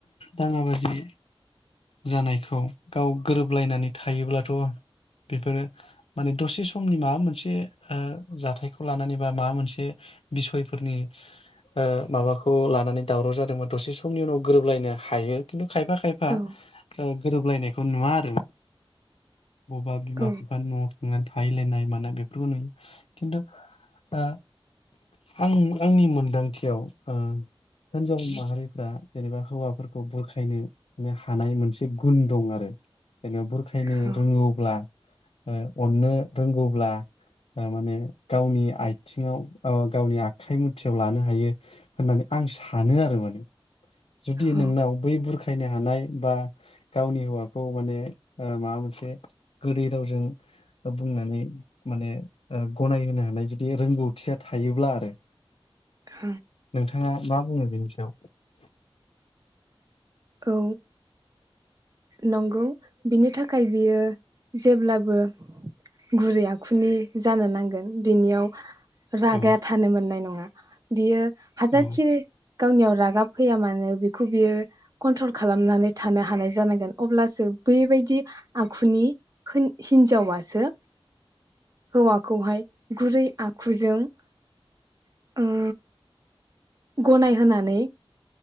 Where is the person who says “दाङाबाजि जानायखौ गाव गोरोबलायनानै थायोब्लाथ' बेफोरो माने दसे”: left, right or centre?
Left